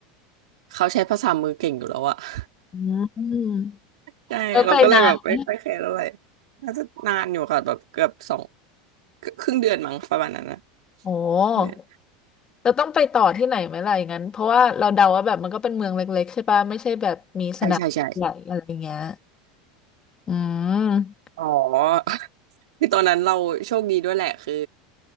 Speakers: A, on the right; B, on the left.
A: เขาใช้ภาษามือเก่งอยู่แล้วอะ <laughs>
B: อืม
A: ใช่เราก็เลยแบบไม่ค่อยแคร์เท่าไหร่
B: แล้วไปนานไหม
A: น่าจะนานอยู่ค่ะแบบเกือบสองครึ่งเดือนมั้งประมาณนั้นนะ
B: โอ้
A: เนี่ย
B: เราต้องไปต่อที่ไหนไหมล่ะอย่างนั้นเพราะว่าเราเดาว่าแบบมันก็เป็นเมืองเล็กๆใช่ปะไม่ใช่แบบมีสนามใหญ่อะไรเงี้ย
A: ใช่ใช่ใช่
B: อืม
A: อ๋อ <laughs> คือตอนนั้นเราโชคดีด้วยแหละคือ